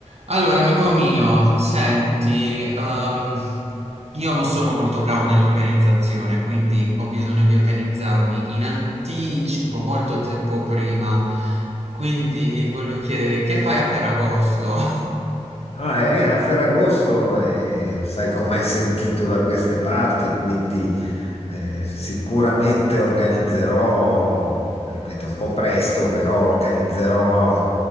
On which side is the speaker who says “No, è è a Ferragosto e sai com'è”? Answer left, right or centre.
Left